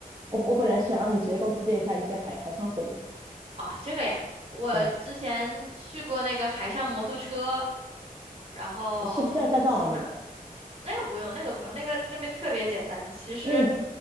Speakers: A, on the right (about 25°); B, on the right (about 40°).
A: 我我本来是想让你直接给我推荐一下一些海海上活动的，
B: 啊，这个呀，我之前去过那个海上摩托车，
A: 对啊
B: 然后骑马，
A: 是不是要驾照啊？那个，
B: 那个不用，那个不用，那个那边特别简单，其实
A: 那你